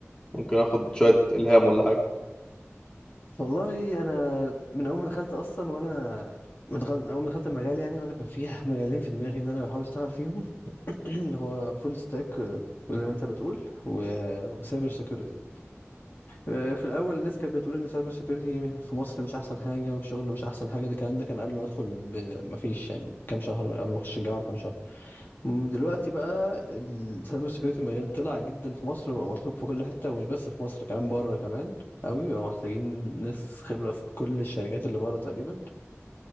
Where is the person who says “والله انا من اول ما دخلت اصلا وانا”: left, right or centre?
Left